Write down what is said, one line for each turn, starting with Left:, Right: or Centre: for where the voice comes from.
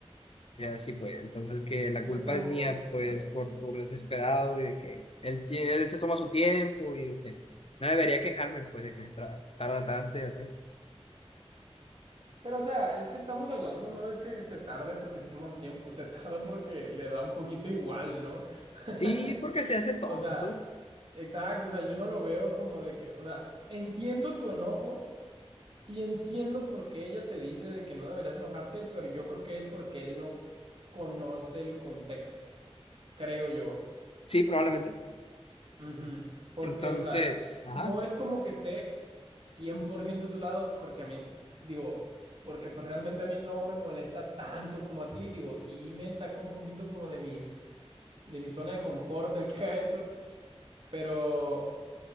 Left: Ya sí, pues. Entonces que la
Right: pero,
Left: culpa
Right: pero,
Left: es mía, pues,
Right: Pe-
Left: por, por desesperado y de que él tiene, él se toma su tiempo y de que no debería quejarme, pues, de que tra- tarda tanto y así.
Right: Pero, o sea, es que estamos hablando, no es que se tarde porque se toma su tiempo, se tarda porque le da un poquito igual, ¿no? <laughs>
Left: Sí, porque se hace tonto.
Right: O sea, exacto, o sea, yo no lo veo como de que, o sea, entiendo tu enojo y entiendo por qué ella te dice de que no deberías enojarte, pero yo creo que es porque él no conoce el contexto, creo yo.
Left: Sí, probablemente.
Right: Ujú. Porque,
Left: Entonces,
Right: o sea,
Left: ajá.
Right: no es como que esté 100% a tu lado, porque a mí, digo, porque pues realmente a mí no me molesta tanto como a ti, digo, sí me saca un poquito como de mis, de mi zona de confort el que haga eso, pero...